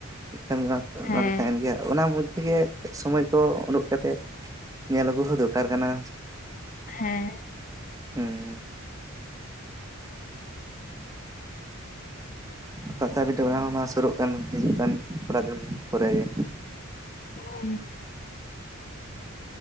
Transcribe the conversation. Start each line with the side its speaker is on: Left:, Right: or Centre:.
Right: ᱠᱟᱹᱢᱤ ᱢᱟ
Left: ᱦᱮᱸ
Right: ᱚᱱᱟ ᱫᱚ ᱛᱟᱦᱮᱸᱱ ᱜᱮᱭᱟ ᱚᱱᱟ ᱢᱚᱫᱽᱫᱷᱮ ᱜᱮ ᱥᱚᱢᱚᱭ ᱠᱚ ᱩᱰᱩᱠ ᱠᱟᱛᱮᱫ ᱧᱮᱞ ᱟᱹᱜᱩ ᱦᱚᱸ ᱫᱚᱨᱠᱟᱨ ᱠᱟᱱᱟ
Left: ᱦᱮᱸ
Right: ᱦᱩᱸ ᱯᱟᱛᱟᱵᱤᱱᱫᱟᱹ ᱚᱱᱟ ᱦᱚᱸ ᱢᱟ ᱥᱩᱨᱩᱜ ᱠᱟᱱ ᱦᱤᱡᱩᱜ ᱠᱟᱱ ᱛᱷᱚᱲᱟ ᱫᱤᱱ ᱯᱚᱨᱮ ᱜᱮ
Left: ᱦᱮᱸ